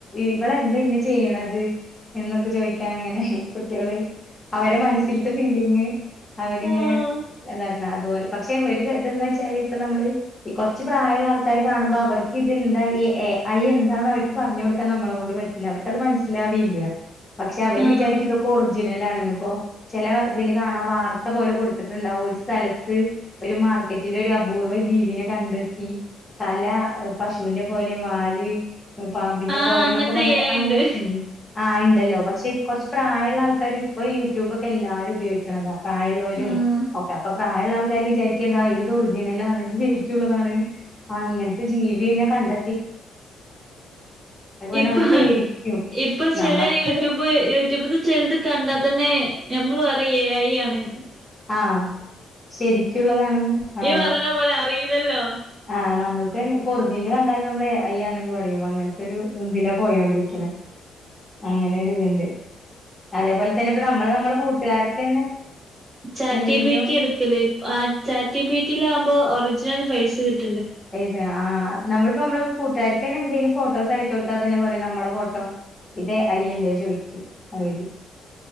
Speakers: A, on the left (about 25°); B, on the right (about 30°).
A: ഇവളെന്താ ഇന്ന ചെയ്യണത്. എന്നൊക്കെ ചോദിക്കാ അങ്ങനെ കുട്ടികള്. അവരെ മനസ്സിലത്തെ ഫീലിങ് അവരിങ്ങനെ
B: ആഹ്
A: എന്താക്കണം. അതുപോലെ പക്ഷെ തന്താ വെച്ചാൽ ഇപ്പ നമ്മള് ഈ കുറച്ച് പ്രായമുള്ള ആൾക്കാാര് കാണുമ്പോ അവർക്ക് ഇത്ന്താ എന്താന്ന് അവർക്ക് പറഞ്ഞു കൊടുക്കാൻ നമ്മളെ കൊണ്ട് പറ്റില്ല അവർക്ക് അത് മനസ്സിലാവയില്ല. പക്ഷെ അവര്
B: ആഹ്
A: വിചാരിക്കൊക്കെ ജലാണ് ഇന്നിപ്പോ ചില ഇതില് കാണാൻ വാർത്ത പോലെ കൊടുത്തിട്ടുണ്ടാവും ഒരു സ്ഥലത്ത്. ഒരു മാർക്കറ്റിൽ ഒരു അപൂർവ ജീവനെ കണ്ടെത്തി. തല പശുവിന്റെ പോലെയും വാല് പാമ്പിന്റെ
B: ആഹ്
A: പോലെന്നൊക്കെ
B: അങ്ങനത്തെ
A: പറഞ്ഞിട്ട്.
B: എ ഐ
A: അങ്ങനെ
B: ഇണ്ട്
A: ഉ ആഹ് ഉണ്ടല്ലോ പക്ഷേ കുറച്ച് പ്രായമുള്ള ആൾക്കാരും ഇപ്പൊ യൂട്യൂബ് ഒക്കെ എല്ലാരും ഉപയോഗിക്കുന്നതാ പ്രായമുള്ളവരും
B: ഉം
A: ക്കെ അപ്പൊ പ്രായമുള്ള ആൾക്കാ വിചാരിക്ക എന്താ ഇത് ഒറിജിനല ആാണ് വിചരിക്കുള്ളതാണ് ആ അങ്ങനത്തെ ജീവിെ കണ്ട പറഞ്ഞ്
B: ഇപ്പൊ
A: അവര് പേടിക്കും
B: ഇപ്പൊ ചെില
A: നമ്മക്ക്
B: യൂട്യൂബ് യൂട്യൂബ് ചെത് കണ്ടാ തന്നെ നമ്മള് പറയും എഐആണ്
A: ആഹ ശരിക്കുള്ളതാണ് ആഹ
B: ഈ പറയണ പോലെ അറിയില്ലല്ലോ
A: ആ നമ്മൾ അതെന്നെ ഇപ്പൊ ഒറിജിനൽ കണ്ടാലും നമ്മൾ ഏ ഐ ആണന്ന് പറയും അങ്ങനത്തെൊരു ഇതിലാ പോയോണ്ടിരിക്കണെ അങ്ങനൊരുത്ണ്ട് അതേപോലെ തന്നെ ഇപ്പ നമ്മള് നമ്മളെ കൂട്ടുകാർക്ക് തന്നെ
B: ചാറ്റി
A: എന്തെങ്കിലും
B: പീറ്റി എടുക്കല് ആ ചാറ്റി പീറ്റിയിലാവുമ്പോ ഒറിജിനൽ ഫൈസ് കിട്ട
A: ഏത് ആ നമ്മളിപ്പോ നമ്മള കൂട്ടാ ഇന്നെന്തേലും ഫോട്ടോസ് അയച്ചു കൊടുത്താ തന്നെ പറയും നമ്മളെ ഫോട്ടോ ഇതേ അയ എല്ലേ ചോയ്ക്കും അവര്